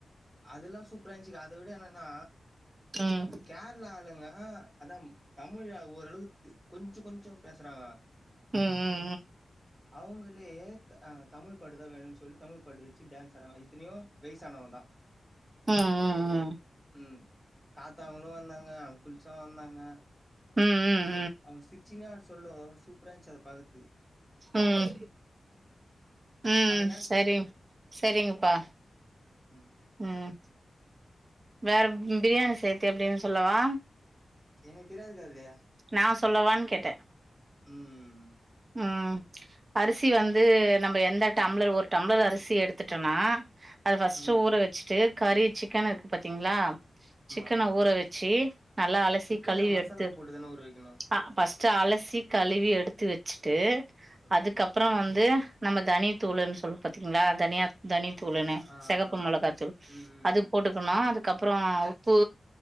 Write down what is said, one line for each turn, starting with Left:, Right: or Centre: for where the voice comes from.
Centre: அதெல்லா சூப்பரா இருந்துச்சுக்க அத விட என்னன்னா
Right: ம்
Centre: கேரளா ஆளுங்க ஆ அதாம் தமிழ் ஓரளவுக்கு கொஞ்சோ கொஞ்சோ பேசுறாங்க
Right: ம் ம் ம்
Centre: அவங்களே அ தமிழ் பாட்டு தான் வேணும்னு சொல்லி தமிழ் பாட்டு வச்சு டான்ஸ் ஆடுறாங்க இத்தனையும் வயசானவங்க தா
Right: ம் ம் ம்
Centre: ம் தாத்தாங்களு வந்தாங்க அங்க்குள்ஸு வந்தாங்க.
Right: ம் ம்
Centre: அவுங்க சி ச்சியா சொல்லோ சூப்பரா இருந்துச்சு அத பாக்குறதுக்கு.
Right: ம் ம்
Centre: அந்த நேர
Right: சரி சரிங்கப்பா
Centre: ம்
Right: ம் வேற ப் பிரியாணி செய்றது எப்டின்னு சொல்லவா?
Centre: எனக்கு தெரியாதுக்கா அது.
Right: நா சொல்லவான்னு கேட்டே.
Centre: ம்
Right: ம் அரிசி வந்து நம்ப எந்த டம்ளர் ஒரு டம்ளர் அரிசி எடுத்துட்டோன்னா அத ஃபஸ்ட்டு
Centre: ம்
Right: ஊற வச்சுட்டு கறி சிக்கன் இருக்கு பாத்தீங்களா
Centre: ஆமா
Right: சிக்கன ஊற வ ச்சு நல்லா அலசி
Centre: சிக்கன்ல
Right: கழுவி
Centre: மசாலா
Right: எடுத்து
Centre: போட்டு தான ஊற வைக்கணு
Right: ஆ ஃபர்ஸ்ட் அலசி கழுவி எடுத்து வ ச்சுட்டு
Centre: ஓகே
Right: அதுக்கப்பறோ வந் து நம்ம தனியா தூளுனு சொல்வோ பாத்தீங்களா தனியா தனி தூளுன்னு
Centre: ஆ ஆ, ஆ.
Right: செகப்பு மெளகா தூள்
Centre: ம்
Right: அது
Centre: ம்
Right: போட்டுக்கணு அது க்கப்பறோ உப்பு